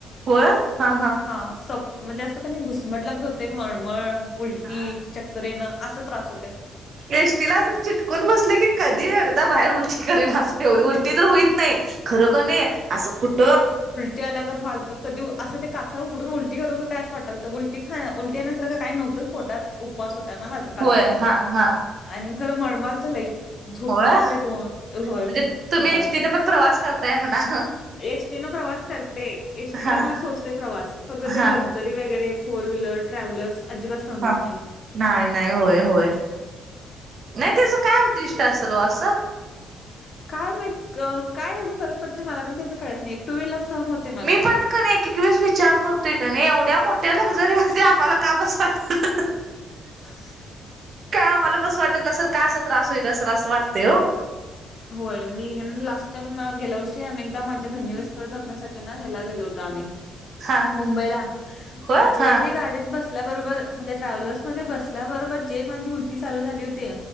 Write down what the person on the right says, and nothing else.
होय हा
हा
एष्टीला असं चिटकून बसले की कधी एकदा बाहेर उलटी करीन अस उलटी तर होईत नाही खरं क नाही असं कुठं
होय हा हा
होळा
म्हणजे
तुम्ही एस टीने पण प्रवास करताय म्हणा
हा
हा
हा
नाही नाही होय होय नाही त्याच काय उद्दिष्ट असेल हो असं
मी पण क नाही विचार करतोय का नाही एवढ्या मोठ्या लक्झरी मध्ये आम्हाला का बस वाटत
का मला बस वाटत न सर का असा त्रास होईल असल असं वाटते हो
हा
होय
हा